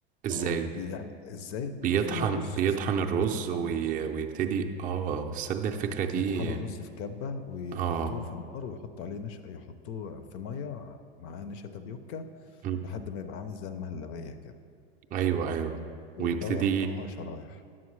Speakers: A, on the right; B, on the left.
A: ازاي
B: اه بي... يعني ازاي بتفرم
A: بيطحن
B: الرز
A: بيطحن الرز
B: بتطحن
A: وي...
B: الرز
A: ويبتدي اه تصدق الفكرة
B: بيطحنوا
A: دي
B: الرز في كبة ويحطوه
A: اه
B: في النار ويحطوا عليه نشا يحطوه في مية معاه نشا تابيوكا
A: مم.
B: لحد ما يبقى عامل زي المهلبية كده
A: ايوه ايوه
B: ويبدأوا
A: ويبتدي
B: يقطعوها شرايح